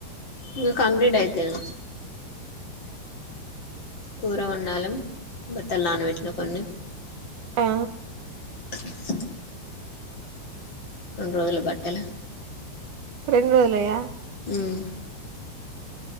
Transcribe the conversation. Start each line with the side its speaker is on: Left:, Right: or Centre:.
Left: ఇంగ కంప్లీట్ అయితయా. కూర వండాలెం బట్టల్ నానబెట్టిన కొన్ని.
Right: ఆ
Left: టుక్ టుక్. రెండు రోజుల బట్టలు
Right: రెండు రోజులయ
Left: ఉమ్